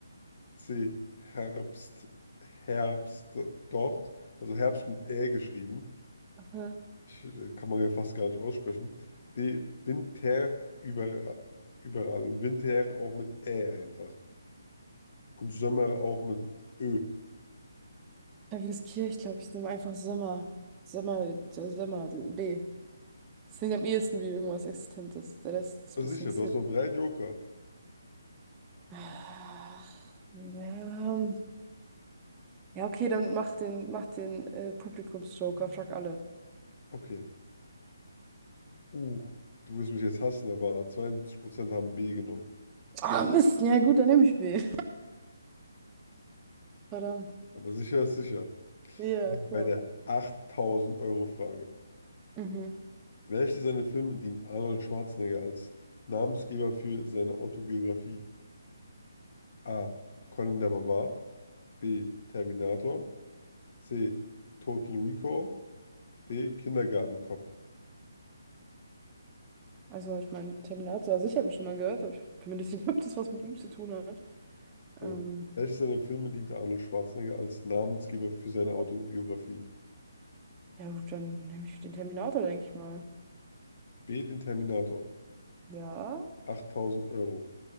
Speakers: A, on the left; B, on the right.
A: C. Herbst, Herbst dort. Also Herbst mit Ä geschrieben.
B: Aha.
A: Ich, äh, kann man ja fast gar nicht aussprechen. Nee, Winter über überall. Und Winter auch mit Ä einfach. Und Sommer auch mit Ö.
B: Klavier ich glaube, ich nehme einfach Sommer. Sommer, Sommer, B. Das klingt am ehesten wie irgendwas Existentes. Der Rest ist
A: Ah,
B: ein bisschen
A: Sicher,
B: silly.
A: du hast noch drei Joker.
B: Ach, ja. Ja, okay, dann mach den, mach den äh, Publikumsjoker, frag alle.
A: Okay. Uh, du wirst mich jetzt hassen, aber 72% haben B genommen.
B: Ah, Mist, ja gut, dann nehme ich B. <laughs> Verdammt.
A: Aber sicher ist sicher.
B: Ja, klar.
A: Bei der 8000-Euro-Frage.
B: Mhm.
A: Welche seiner Filme dient Arnold Schwarzenegger als Namensgeber für seine Autobiografie? A. Conan der Barbar. B. Terminator. C. Total Recall. D. Kindergartenkopf.
B: Also, ich meine, Terminator, also ich habe ihn schon mal gehört, aber ich bin mir nicht sicher, ob das was mit ihm zu tun hat.
A: Also,
B: Ähm,
A: welches seiner Filme diente Arnold Schwarzenegger als Namensgeber für seine
B: So.
A: Autobiografie?
B: ja, gut, dann nehme ich den Terminator, denke ich mal.
A: B. Den Terminator.
B: Ja,
A: Achttausend Euro.